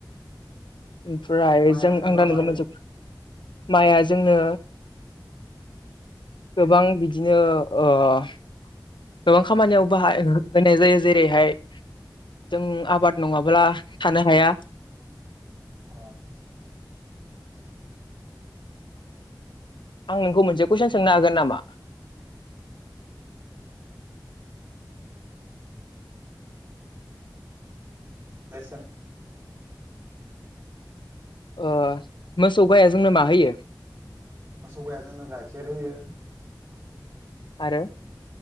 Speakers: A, on the left; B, on the right.
A: ओमफ्राय
B: माइआ
A: जों
B: जोंनो
A: आं
B: मा
A: दान
B: मा होयो
A: मोन जोब माइआ जोंनो गोबां बिदिनो ओह गोबां खामानियाव बाहाय होनाय जायो। जेरैहाय जों आबाद नङाब्ला थानो हाया।
B: अ
A: आं नोंखौ मोनसे कुइसन सोंनो हागोन नामा?
B: दे सों
A: अ मोसौ गाया जोंनो माहोयो?
B: मोसौ गाया जोंनो गाइखेर होयो।
A: आरो